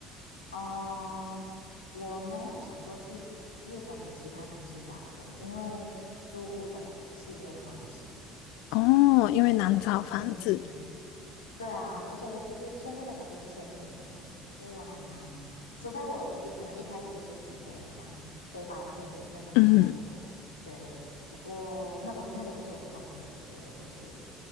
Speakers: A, on the left (about 80°); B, on the left (about 65°).
A: 哦，我没有想过去日本的其他城市打工，因为租屋的契约的关系，
B: 哦，
A: 就是嗯。
B: 因为难找房子，
A: 对啊，而且就是签约的时候就是签一年，所以我很难，除非我一可能一开始就是选择像背包客那种生活，
B: 嗯。
A: 对。不过那我那个不是我的风格，所以我就是